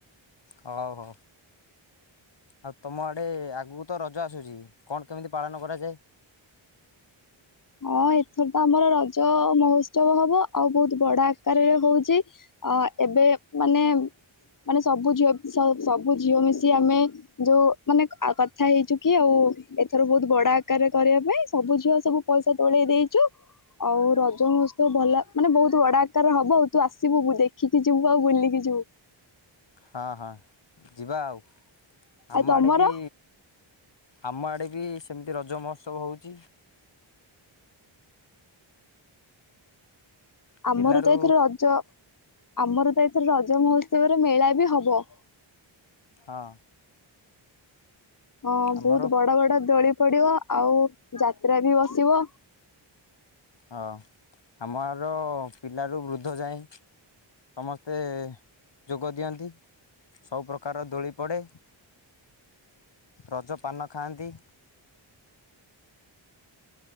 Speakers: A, on the left (about 60°); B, on the left (about 40°).
A: ହଉ ହଉ ଆଉ ତମ ଆଡେ ଆଗକୁ ତ ରଜ ଆସୁଛି କଣ କେମିତି ପାଳନ କରାଯାଏ
B: ହଁ ଏଥର ତ ଆମର ରଜ ମହୋତ୍ସବ ହବ ଆଉ ବହୁତ ବଡ ଆକାରରେ ହଉଛି ଆ ଏବେ ମାନେ ମାନେ ସବୁ ଝିଅ ସ ସବୁ ଝିଅ ମିଶି ଆମେ ଯୋଉ ମାନେ କଥା ହେଇଛୁ କି ଆଉ ଏଥର ବହୁତ ବଡ ଆକାରରେ କରିବା ପାଇଁ ସବୁ ଝିଅ ସବୁ ପଇସା ତୋଳେଇ ଦେଇଛୁ ଆଉ ରଜ ମହୋତ୍ସବ ଭଲ ମାନେ ବହୁତ ବଡା ଆକାର ହବ ଆଉ ତୁ ଆସିବୁ ଦେଖିକି ଯିବୁ ଆଉ ବୁଲିକି ଯିବୁ
A: ହଁ ହଁ ଯିବା ଆଉ ଆମ
B: ଆଉ ତମର
A: ଆଡ଼େ ବି ଆମ ଆଡ଼େ ବି ସେମିତି ରଜ ମହୋତ୍ସବ ହଉ ଚି
B: ଆମର
A: ପିଲାରୁ
B: ତ ଏଥି ରଜ ଆମର ତ ଏଥି ରଜ ରଜ ମହୋତ୍ସବରେ ମେଳା ବି ହବ
A: ହଁ
B: ହଁ
A: ଆମର
B: ବହୁତ ବଡ ବଡ ଦୋଳି ପଡିବ ଆଉ ଯାତ୍ରା ବି ବସିବ।
A: ହଁ ଆମର ପିଲାରୁ ବୃଦ୍ଧ ଯା ଏ ସମସ୍ତେ ଯୋଗ ଦିଅନ୍ତି। ସବୁପ୍ରକାରର ଦୋଳି ପଡ଼େ। ରଜ ପାନ ଖାଆନ୍ତି।